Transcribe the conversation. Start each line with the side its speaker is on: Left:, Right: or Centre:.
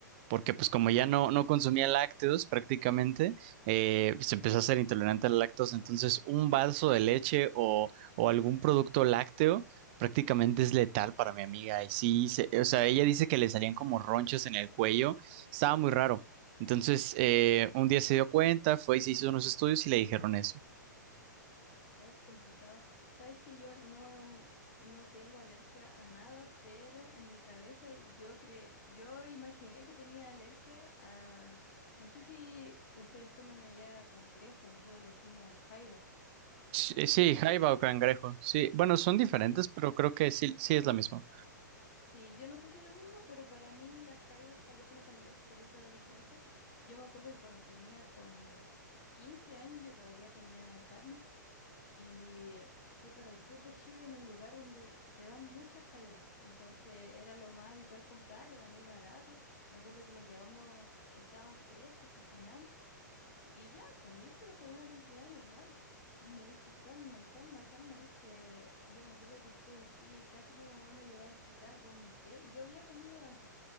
Right: porque pues como
Left: Ah,
Right: ya no, no consumía lácteos prácticamente, eh, se empezó a ser intolerante a la lactosa. Entonces, un vaso de leche o, o algún producto lácteo prácticamente es letal para mi amiga. Y sí, se- o sea, ella dice que le salían como ronchas en el cuello, estaba muy raro. Entonces, eh,
Left: ah.
Right: un día se dio cuenta, fue y se hizo unos estudios y le dijeron eso.
Left: oh, qué complicado. Sabes que yo no, mm, no tengo alergia a nada, pero en mi cabeza yo cre yo imaginé que tenía alergia a, no sé si ustedes comen allá cangrejo, nosotros le decimos jaiba.
Right: Sí, sí,
Left: No sé
Right: jaiba
Left: si el,
Right: o cangrejo. Sí, bueno, son diferentes,
Left: sí,
Right: pero creo que sí, sí es la misma.
Left: Sí, yo no sé si es lo mismo, pero para mí las jaivas parecen un cangrejo, por eso dije eso. Yo me acuerdo que cuando tenía como 15 años yo todavía comía carne y fui para el sur de Chile en un lugar donde se dan muchas jaivas. Entonces era lo más habitual comprar, era muy barato. Me acuerdo que las llevamos, estaban frescas, cocinamos y ya comí, pero comí una cantidad normal. Y me hizo tan mal, tan mal, tan mal que yo me acuerdo que estuve así, casi que mi mamá me llevó al hospital, vomité y yo había comido antes.